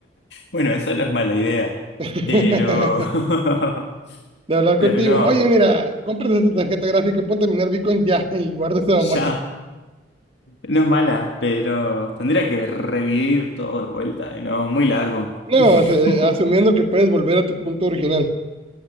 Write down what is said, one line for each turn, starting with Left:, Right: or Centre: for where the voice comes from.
Left: Bueno, esa no es mala idea,
Right: <laughs>
Left: pero... <laughs>
Right: De hablar
Left: pero
Right: contigo.
Left: no,
Right: Oye, mira, compras esta tarjeta gráfica, ponte a minar bitcoins ya <laughs> y guarda esa
Left: ya.
Right: memoria.
Left: No es mala, pero tendría que revivir todo de vuelta, eh, ¿no? Muy largo.
Right: No,
Left: <laughs>
Right: o sea, eh, asumiendo que puedes volver a tu punto original.